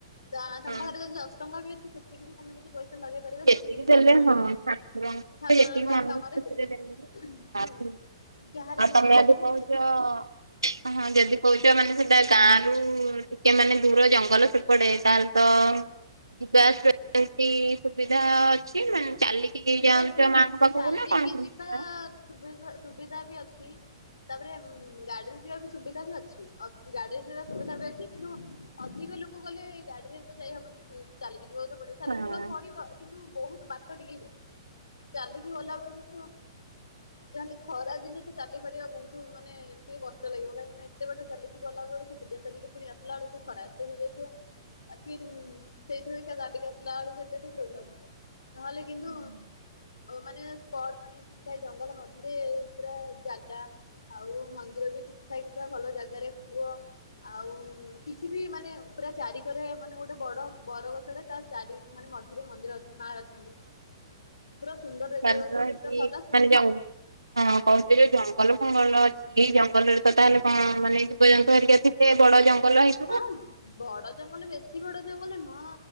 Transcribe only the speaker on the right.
ହଁ
ଯେତିକି
ଦେଲେ
ହଁ ଠାକୁର ଙ୍କୁ
ଯେତିକି
ମାନିବ
<unintelligible>
ଆ
ତମେ ଯଦି
କହୁଛ
ହଁ ଯେଦି କହୁଛ ମାନେ ସେଟା ଗାଁରୁ ଟିକେ ମାନେ ଦୂର ଜଙ୍ଗଲ ସେପଟେ ତାହେଲେ ତ ଯିବା ଆସିବା କେମତି ସୁବିଧା ଅଛି ମାନେ ଚାଲିକ୍ କି
ଯାଉଚ
ମାଆଙ୍କ ପାଖକୁ
ନା କଣ କେମିତି
ଯାଅ?
ହଁ
ତାହେଲେ
ସାର ତ ହେଠି
ମାନେ ଜଙ୍ଗ୍ ହଁ କହୁଥିଲେ ଜଙ୍ଗଲ ଫଙ୍ଗଲ ଅଛି। ଏଇ ଜଙ୍ଗଲରେ ତ ତାହେଲେ କଣ ମାନେ ଜୀବଜନ୍ତୁ ହେରିକା ଥିବେ ବଡ଼ ଜଙ୍ଗଲ ହେଇ